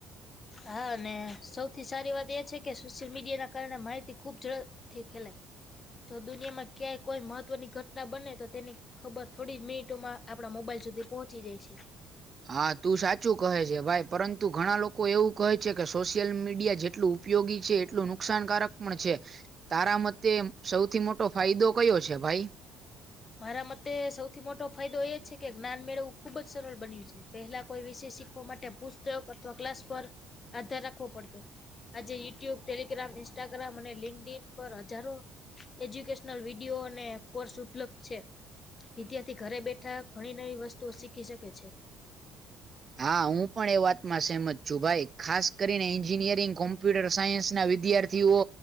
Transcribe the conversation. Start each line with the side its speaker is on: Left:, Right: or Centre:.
Left: હા અને સૌથી સારી વાત એ છે કે, સોશિયલ મીડિયા ના કારણે માહિતી ખુબ ઝડપ થી ફેલાય. જો દુનિયામાં ક્યાંય કોઈ મહત્વની ઘટના બને તો તેની ખબર થોડી મિનિટોમાં આપડા મોબાઈલ સુધી પહોંચી જાય છે.
Right: હા તું સાચું કહે છે ભાઈ, પરંતુ ઘણા લોકો એવું કહે છે કે સોશિયલ મીડિયા જેટલું ઉપયોગી છે, એટલું નુકસાન કારક પણ છે. તારા મતે સૌથી મોટો ફાયદો કયો છે ભાઈ?
Left: મારા મતે સૌથી મોટો ફાયદો એ છે કે જ્ઞાન મેળવું ખુબ જ સરળ બન્યું છે. પહેલા કોઈ વિષય શીખવા માટે પુસ્તક અથવા ક્લાસ પર આધાર રાખવો પડતો. આજે યુટ્યુબ, ટેલિગ્રામ, ઇન્સ્ટાગ્રામ અને લિંકડ ઇન પર હજારો એજ્યુકેશનલ વિડીયો અને કોર્સ ઉપલબ્ધ છે. વિદ્યાર્થી ઘરે બેઠા ઘણી નવી વસ્તુઓ શીખી શકે છે.
Right: હા હું પણ એ વાતમાં સહેમત છું ભાઈ. ખાસ કરીને એન્જિનિયરિંગ કોમ્પ્યુટર સાયન્સ ના વિદ્યાર્થી થીઓ